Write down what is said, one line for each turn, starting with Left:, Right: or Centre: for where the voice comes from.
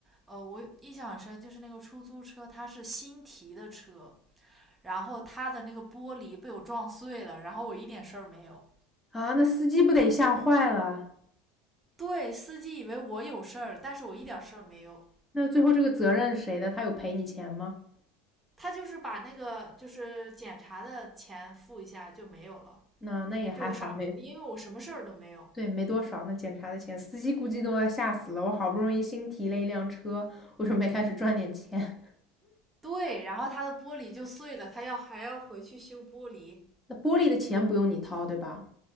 Right: 呃，我印象很深，就是那个出租车它是新提的车，然后它的那个玻璃被我撞碎了，然后我一点事儿没有。
Left: 啊，那司机不得吓坏了？
Right: 对，司机以为我有事儿，但是我一点事儿没有。
Left: 那最后这个责任谁的？他有赔你钱吗？
Right: 他就是把那个就是检查的钱付一下就没有了，
Left: 那那也还好，
Right: 就傻，
Left: 没
Right: 因为我什么事儿都没有。
Left: 对，没多少呢，那检查的钱，司机估计都要吓死了。我好不容易新提了一辆车，我准备开始赚点钱。
Right: 对，然后他的玻璃就碎了，他要还要回去修玻璃，
Left: <laughs> 那玻璃的钱不用你掏，对吧？